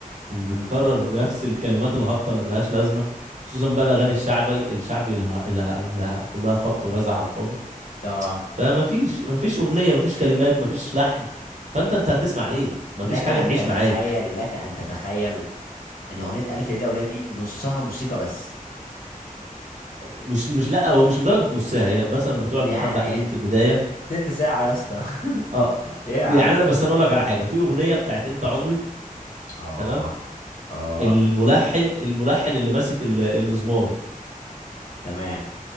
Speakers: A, on the right (about 55°); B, on the left (about 75°).
A: وبتكرر
B: امم
A: نفس الكلمات الهابطة اللي ملهاش لازمة خصوصا بقى الأغاني الشعبي الشعبي اللي اللي- اللي كلها خبط ورزع على الفاضي
B: اه
A: فما فيش ما فيش أغنية ما فيش كلمات ما فيش لحن فأنت أنت هتسمع إيه ما
B: لك
A: فيش حاجة
B: ان
A: تعيش
B: تتخيل
A: معاك
B: لك ان تتخيل ان اغنية الف ليلة وليلة دي نصها موسيقى بس
A: مش مش لا هو مش لدرجة نص ساعة هي مثلا بتقعد
B: يعني
A: محبة حلوين في البداية
B: تلت ساعة يا اسطى <laughs>
A: اه
B: ايه يا
A: يعني
B: عم
A: أنا بس أنا أقول لك على حاجة في أغنية بتاعت أنت عمري
B: اه
A: تمام
B: اه
A: الملحن الملحن اللي ماسك ال- المزمار
B: تمام